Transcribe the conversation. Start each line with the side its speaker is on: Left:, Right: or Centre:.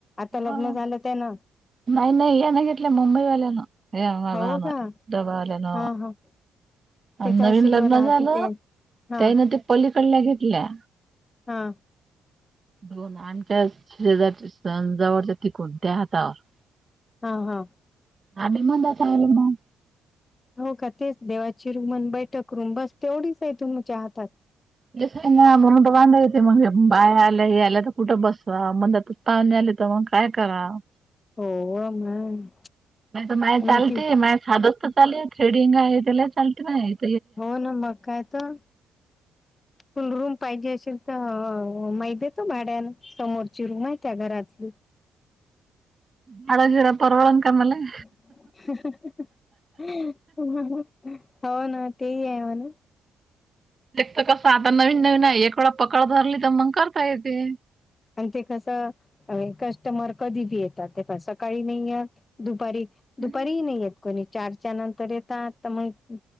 Left: आता
Right: हो
Left: लग्न झालं त्यान?
Right: नाही नाही यान घेतलाय मुंबई वाल्यान, ना
Left: हो
Right: घ दा बाई
Left: का?
Right: इथ वाल्यान.
Left: हां, हां. ते
Right: आन
Left: तहसीलवर
Right: नवीन लग्न
Left: राहते
Right: झालं,
Left: ते हां,
Right: त्या हेनं ते पलीकडल्या घेतल्या.
Left: हा.
Right: हो ना आमच्या शेजारच्या तिथं आणि जवळच्या त कोणत्या हातावर
Left: हां, हां.
Right: आणि म्हणता टायमिंग जात.
Left: हो का तेच देवाची रूमन अन बैठक रूम बस तेवढीच आहे तुमच्या हातात.
Right: स आहे ना म्हणून तर बाया आलं हे येते मग बाय आला आला तर कुठं बसवा म्हणल तर पाहुणे आली तर मग काय कराव?
Left: हो मग
Right: नाहीतर माया चालते,
Left: मग ती
Right: माया साध असतं. चालेल थ्रेडिंग आहे त्याला, चालते नाहेत.
Left: हो न मग काय तर. तुला रूम पाहिजे असेल तर, मग देतो भाड्यान. समोरची रूम हाय त्या घरातली.
Right: ह्याला देण परवडलं काय मले?
Left: <unintelligible> <unintelligible> हो ना ते आहे म्हणे.
Right: एक तर कसं आता नवीन नवीन हाय, एक वेळा पकड धरली तर मग करता येते.
Left: आणि ते कसं कस्टमर कधी बी येतात, ते सकाळी नाही येत दुपारी
Right: हम्म.
Left: दुपारीही नाही येत कोणी. चारच्या नंतर येतात तर मग इथं